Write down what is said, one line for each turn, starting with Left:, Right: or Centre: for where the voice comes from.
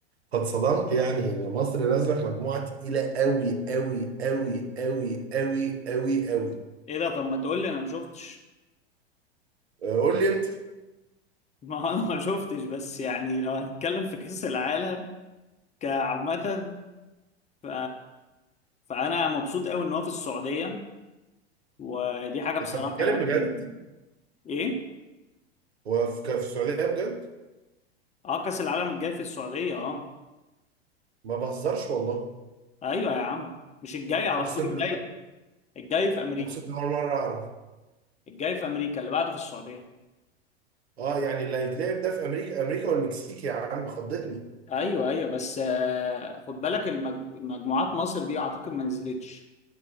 Right: قد صدمت يعني ان مصر نازلة في مجموعة تقيلة قوي قوي قوي قوي قوي قوي قوي
Left: ايه ده طب ما تقول لي انا ما شفتش
Right: آه قول لي انت
Left: <laughs> ما هو انا ما شفتش بس يعني لو هنتكلم في كأس العالم كعامة ف... فانا مبسوط قوي ان هو في السعودية ودي حاجة بصراحة
Right: انت بتتكلم
Left: يعني
Right: بجد؟
Left: ايه
Right: هو في في السعودية بجد؟
Left: اه كأس العالم الجاي في السعودية اه
Right: ما بهزرش والله
Left: ايوه يا عم مش الجاي على
Right: اقسم
Left: طول الجاي
Right: بالله
Left: الجاي في امريكا
Right: اقسم بالله أول مرة اعرف
Left: الجاي في امريكا اللي بعده في السعودية
Right: اه يعني اللي هيتلعب ده في امريكا امريكا والمكسيك يا عم خضتني
Left: ايوه ايوه بس آه، خد بالك المج... مجموعات مصر دي اعتقد ما نزلتش